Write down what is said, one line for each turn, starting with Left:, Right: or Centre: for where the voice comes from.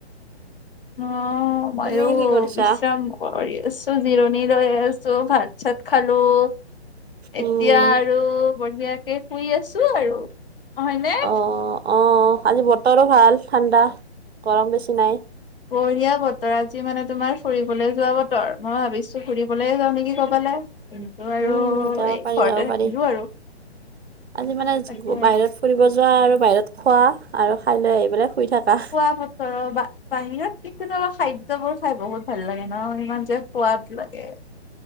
Left: অ' ময়ো
Right: তুমি কি কৰিছা?
Left: বিশ্ৰাম কৰ কৰি আছোঁ জিৰণি লৈ আছোঁ ভাত চাত খালোঁ।
Right: উম,
Left: এতিয়া আৰু বঢ়িয়াকে শুই আছোঁ আৰু, হয়নে।
Right: অ', অ' আজি বতৰো ভাল ঠাণ্ডা, গৰম বেছি নাই।
Left: বঢ়িয়া বতৰ আজি মানে তোমাৰ ফুৰিবলৈ যোৱা বতৰ মই ভাবিছোঁ ফুৰিবলৈ যাওঁ নেকি ক'বালে। কিন্তু আৰু
Right: উম, যাব
Left: এই ঘৰতে
Right: পাৰি যাব
Left: থাকিলো
Right: পাৰি।
Left: আৰু।
Right: আজি মানে
Left: তাকে
Right: বাহিৰত ফুৰিব যোৱা আৰু বাহিৰত খোৱা আৰু খাই লৈ আহি পেলাই শুই থাকা।
Left: খোৱা বতৰ ৰ'বা বাহিৰত কিন্তু তোমাৰ খাদ্যবোৰ খাই বহুত ভাল লাগে ন' ইমান যে সোৱাদ লাগে।